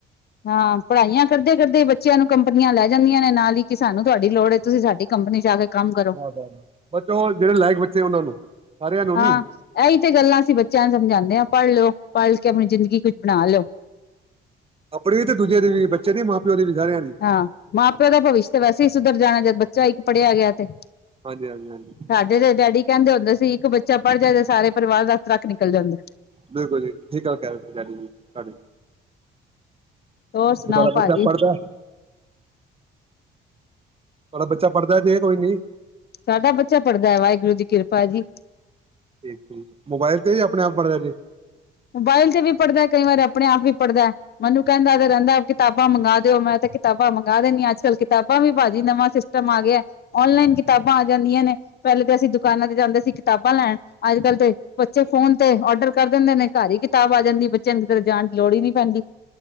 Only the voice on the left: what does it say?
ਹਾਂ ਪੜ੍ਹਾਈਆਂ ਕਰਦੇ ਕਰਦੇ ਬੱਚਿਆਂ ਨੂੰ ਕੰਪਨੀਆਂ ਲੈ ਜਾਂਦੀਆਂ ਨੇ ਨਾਲ ਹੀ ਕਿ ਸਾਨੂੰ ਤੁਹਾਡੀ ਲੋੜ ਹੈ ਤੁਸੀਂ ਸਾਡੀ ਕੰਪਨੀ ਜਾ ਕੇ ਕੰਮ ਕਰੋ
ਹਾਂ
ਇਹੀ ਤੇ ਗੱਲਾਂ ਅਸੀਂ ਬੱਚਿਆਂ ਨੂੰ ਸਮਝਾਂਦੇ ਹਾਂ ਪੜ੍ਹ ਲਿਓ ਪੜ ਕੇ ਆਪਣੀ ਜ਼ਿੰਦਗੀ ਕੁਛ ਬਣਾ ਲਓ
ਹਾਂ ਮਾਂ ਪਿਓ ਦਾ ਭਵਿਸ਼ ਤੇ ਵੈਸੇ ਹੀ ਸੁਧਰ ਜਾਣਾ ਬੱਚਾ ਇੱਕ ਪੜ੍ਹਿਆ ਗਿਆ ਤੇ
ਸਾਡੇ ਤੇ ਡੈਡੀ ਕਹਿੰਦੇ ਹੁੰਦੇ ਸੀ ਇੱਕ ਬੱਚਾ ਪੜ੍ਹ ਜਾ ਤੇ ਸਾਰੇ ਪਰਿਵਾਰ ਦਾ ਟਰੱਕ ਨਿਕਲ ਜਾਂਦਾ
ਹੋਰ ਸੁਣਾਓ
ਭਾਜੀ
ਸਾਡਾ ਬੱਚਾ ਪੜ੍ਹਦਾ ਹੈ ਵਾਹਿਗੁਰੂ ਦੀ ਕਿਰਪਾ ਜੀ
ਮੋਬਾਇਲ ਤੇ ਵੀ ਪੜ੍ਹਦਾ ਕਈ ਵਾਰੀ ਆਪਣੇ ਆਪ ਵੀ ਪੜ੍ਹਦਾ ਮੈਨੂੰ ਕਹਿੰਦਾ ਤੇ ਰਹਿੰਦਾ ਕਿਤਾਬਾਂ ਮੰਗਵਾ ਦਿਓ ਮੈਂ ਤੇ ਕਿਤਾਬਾਂ ਮੰਗ ਦੇਂਦੀ ਹਾਂ ਅੱਜ ਕੱਲ ਕਿਤਾਬਾਂ ਵੀ ਭਾਜੀ ਨਵਾਂ ਸਿਸਟਮ ਆ ਗਿਆ ਔਨਲਾਈਨ ਕਿਤਾਬਾਂ ਆ ਜਾਂਦੀਆਂ ਨੇ ਪਹਿਲੇ ਤਾਂ ਅਸੀਂ ਦੁਕਾਨਾਂ ਤੇ ਜਾਂਦੇ ਸੀ ਕਿਤਾਬਾਂ ਲੈਣ ਅੱਜ ਕੱਲ ਤੇ ਬੱਚੇ ਫੋਨ ਤੇ ਔਡਰ ਕਰ ਦਿੰਦੇ ਨੇ ਘਰ ਹੀ ਕਿਤਾਬ ਆ ਜਾਂਦੀ ਬੱਚਿਆਂ ਨੂੰ ਕਿ ਜਾਣ ਲੋੜੀ ਨੀ ਪੈਂਦੀ